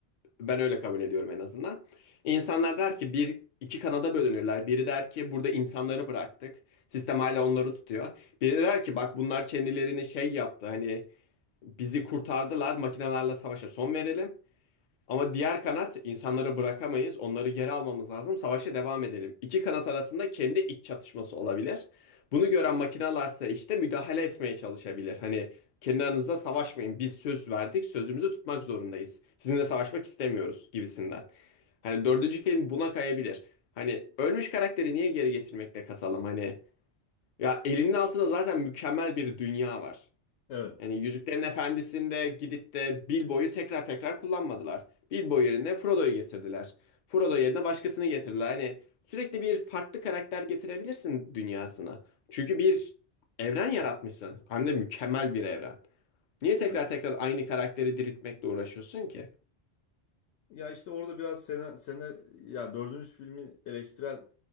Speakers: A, on the left; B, on the left.
A: ben öyle kabul ediyorum en azından. İnsanlar der ki bir iki kanada bölünürler. Biri der ki burada insanları bıraktık. Sistem hala onları tutuyor. Biri der ki bak bunlar kendilerini şey yaptı hani bizi kurtardılar makinelerle savaşa son verelim. Ama diğer kanat insanları bırakamayız. Onları geri almamız lazım. Savaşa devam edelim. İki kanat arasında kendi iç çatışması olabilir. Bunu gören makinalarsa işte müdahale etmeye çalışabilir. Hani kendi aranızda savaşmayın. Biz söz verdik, sözümüzü tutmak zorundayız. Sizinle savaşmak istemiyoruz gibisinden. Hani dördüncü film buna kayabilir. Hani ölmüş karakteri niye geri getirmekte kasalım? Hani ya elinin altında zaten mükemmel bir dünya var.
B: Evet.
A: Yani Yüzüklerin Efendisi'nde gidip de Bilbo'yu tekrar tekrar kullanmadılar. Bilbo yerine Frodo'yu getirdiler. Frodo yerine başkasını getirdiler. Hani sürekli bir farklı karakter getirebilirsin dünyasına. Çünkü bir evren yaratmışsın. Hem de mükemmel bir evren. Niye tekrar
B: Ha.
A: tekrar aynı karakteri diriltmekle uğraşıyorsun ki?
B: Ya işte orada biraz senar, senar ya dördüncü filmin eleştirel